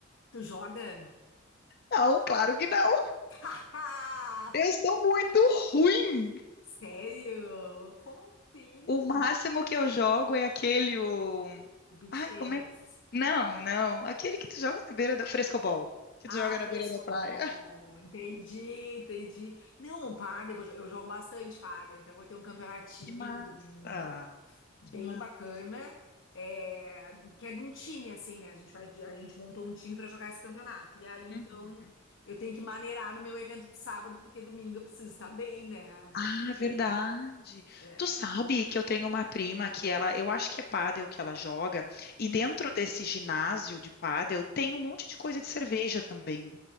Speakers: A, on the left; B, on the left.
A: Tu joga?
B: Não, claro que não!
A: <laughs>
B: Eu sou muito ruim!
A: Sério? Como assim?
B: O máximo que eu jogo é aquele o.
A: O beach
B: Ai,
A: tênis.
B: como é? Não, não. Aquele que tu joga na beira da frescobol. Que
A: Ah,
B: tu joga
A: fresco
B: na beira da praia.
A: bom, entendi, entendi. Não, o pádel, eu jo- eu jogo bastante pádel, então eu vou ter um campeonatinho
B: Que massa!
A: do domingo, bem
B: Que massa!
A: bacana, é, que é de um time, assim, né? A gente vai, de- a gente montou um time para jogar esse campeonato. E aí, então,
B: Uhum.
A: eu tenho que maneirar no meu evento de sábado, porque domingo eu preciso estar bem, né?
B: Ah,
A: Pra correr,
B: verdade.
A: é.
B: Tu sabe que eu tenho uma prima que ela, eu acho que é pádel que ela joga, e
A: Hum,
B: dentro desse ginásio de pádel tem um monte de coisa de cerveja também.